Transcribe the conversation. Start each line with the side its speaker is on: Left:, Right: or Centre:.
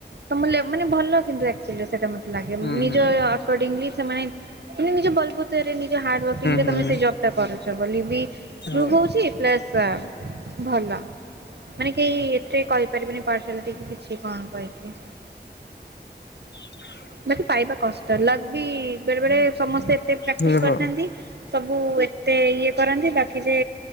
Right: ତମ ମାନେ ଲେ ଭଲ କିନ୍ତୁ ଆକ୍ଚୁଲି ସେଇଟା ମତେ ଲାଗେ
Left: ହୁଁ
Right: ନିଜଅୟଆ
Left: ହୁଁ
Right: ଆକୋଡିଙ୍ଗଲି ସେମାନେ ମାନେ ନିଜ ବଲବୁତରେ ନିଜ ହାର୍ଡୱର୍କିଂରେ
Left: ହୁଁ ହୁଁ
Right: ତମେ ସେ ଜବଟା କରୁଚ ବୋଲି ବି
Left: ହଉ
Right: ମୁଁ କୋହୁଚି ପ୍ଲସ ଭଲ। ମାନେ କେହି ଏଥିରେ କହିପାରିବେନି ପାରସିଆଳିଟି କି କିଛି କଣ କହିବି।
Left: ହ।
Right: ବାକି ପାଇବା କଷ୍ଟ ଲକ୍ ବି ବେଳେ ବେଳେ ସମସ୍ତେ ଏତେ ପ୍ରାଟିସ
Left: ହୁଁ
Right: କରିଥାନ୍ତି।
Left: ହଁ
Right: ସବୁ ଏତେ ଇଏ କରନ୍ତି ବାକି ଯେ